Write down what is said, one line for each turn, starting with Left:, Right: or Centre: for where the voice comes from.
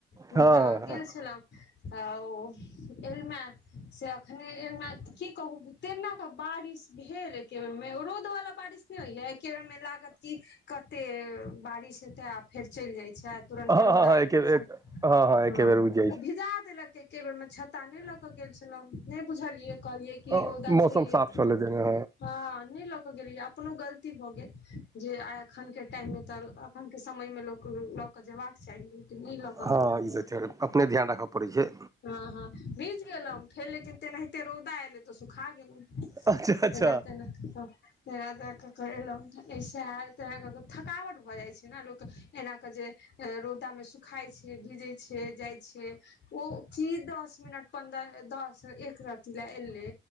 Left: हुं
Right: हँ
Left: तऽ गेल छलहुॅं। आ ओ एलमे से अखने एलौहे की कहू तेना बारिश भेल एके बेर मे, रौद वला बारिश नै होइये एके बेर मे लागत की कते ते बारिश हेतै आ फेर चलि जाइ छै आ तुरन्ते
Right: हँ हँ
Left: रौदा
Right: हँ
Left: आबि
Right: एके
Left: जाइ
Right: बेर
Left: छै,
Right: एके
Left: हँ
Right: बेर उगि जाइ
Left: भिजा देलक ए के बेर मे छाता नै ल क गेल छलहु, नै बुझलिये कहलियै
Right: छै
Left: कि रौदा
Right: मौसम
Left: छै
Right: साफ
Left: तऽ
Right: छलै तेने
Left: हँ नै ल के गेलियै अपनो गलती भऽ गेल जे आइ एखन के टाइम मे तऽ अखन के समय मे लोक लऽ कऽ जेबाक चाही लेकिन नै लऽ कऽ
Right: हँ
Left: गेलहुं।
Right: ई तऽ छै अपने ध्यान राखऽ पड़ै छै।
Left: हँ हँ भीज गेलहुं फेर लेकिन तेनाहिते रौदा एले तऽ सुखा गेलहुं।
Right: अच्छा अच्छा
Left: तेना- तेना कऽ कऽ तेना-तेना कऽ क एलहुं। सेहे त ऐना कऽ के थकावट भऽ जाइ छै ने लोक के, एना कऽ जे रौदा मे सुखाइ छै, भीजै छै, जाइ छै ओ की दस मिनट पन्दह दस एक रति ले एलै,